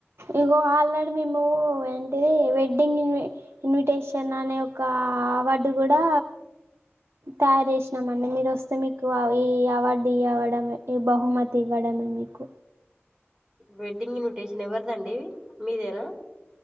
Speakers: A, on the right; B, on the right.
A: ఇగో ఆల్రెడీ మేము ఏంటిది వెడ్డింగ్ ఇన్వి ఇన్విటేషన్ అనే ఒక అవార్డు కూడా తయారు చేసినామండీ మీరు వస్తే మీకు ఈ అవార్డు ఇవ్వడమే ఈ బహుమతి ఇవ్వడమే మీకు
B: వెడ్డింగ్ ఇన్విటేషన్ ఎవరిదండి మీదేనా